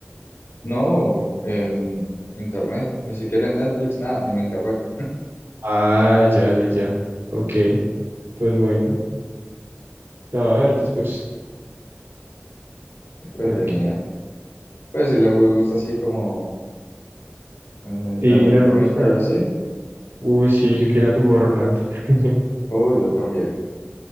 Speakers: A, on the left; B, on the right.
A: No, en internet, ni siquiera en Netflix, nada, en internet.
B: Ah, ya, ya, ya. Ok, pues bueno, la voy a ver después.
A: Entretenida.
B: A ver qué-
A: Pues si le gusta así como eh, la
B: Sí,
A: electrónica
B: a mí me gusta.
A: y así.
B: Uy, sí, yo quiero a Tomorrowland. <laughs>
A: Oh, yo también.